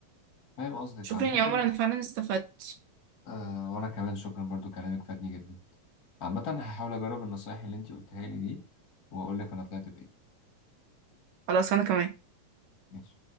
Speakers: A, on the left (about 40°); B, on the right (about 75°).
A: فاهم قصدك
B: شكرا
A: عامة
B: يا عمر أنا فعلا استفدت
A: آه وأنا كمان شكرا برضو كلامك فادني جدا عامة هحاول أجرب النصايح اللي أنتي قلتها لي دي وأقولك أنا طلعت بإيه
B: خلاص أنا كمان
A: ماشي